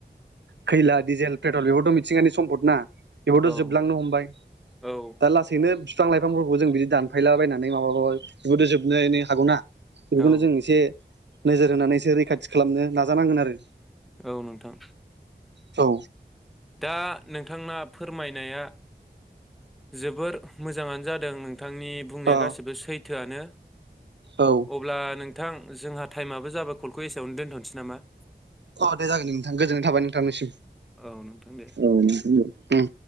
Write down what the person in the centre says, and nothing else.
औ
औ
औ
औ नोंथां
दा नोंथांना फोरमायनाया जोबोर मोजाङानो जादों नों थांनि बुंनाया
गासिबो सैथोआनो।
अब्ला नों थां जोंहा टाइमआबो जाबाय कलखौ एसेयावनो दोनथ'नोसै नामा?
औ नोंथां दे